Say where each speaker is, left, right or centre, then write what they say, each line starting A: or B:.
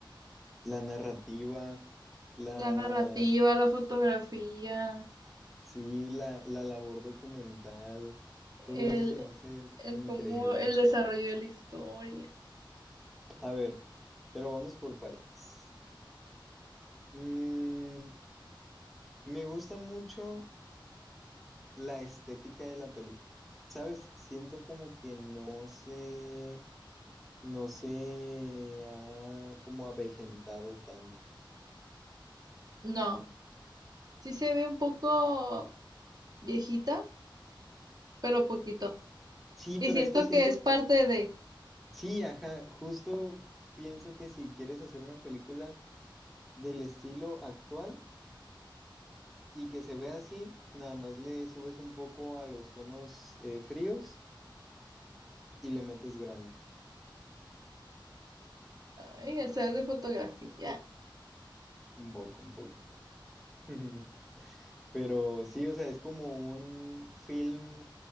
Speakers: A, in the centre; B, on the right.
A: la narrativa, la,
B: la narrativa, la fotografía,
A: sí, la, la labor documental, todo
B: el,
A: eso se me hace
B: el
A: increíble.
B: cómo, el desarrollo de la historia.
A: A ver, pero vamos por partes. Mm, me gusta mucho la estética de la película. ¿Sabes? Siento como que no se, no se ha como avejentado tanto.
B: No. Sí se ve un poco viejita, pero poquito.
A: Sí,
B: Y
A: pero
B: siento
A: es que siento
B: que es parte de,
A: Sí, ajá, justo pienso que si quieres hacer una película del estilo actual y que se vea así, nada más le subes un poco a los tonos eh, fríos y le metes grano,
B: ay, el ser de fotografía.
A: un poco, un poco. <laughs> Pero sí, o sea, es como un film,